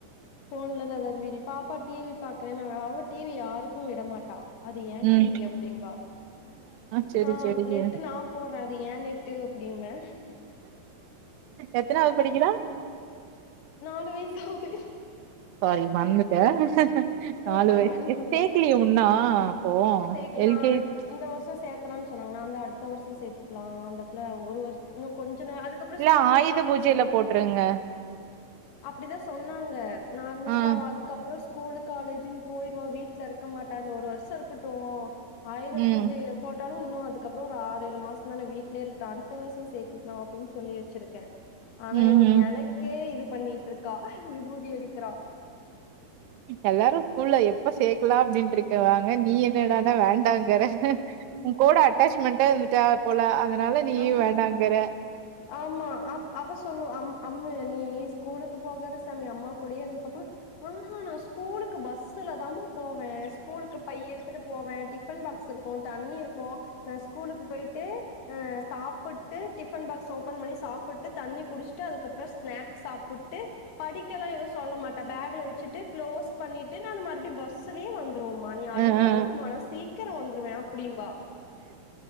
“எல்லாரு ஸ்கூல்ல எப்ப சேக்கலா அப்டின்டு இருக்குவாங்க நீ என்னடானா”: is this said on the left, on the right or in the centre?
Right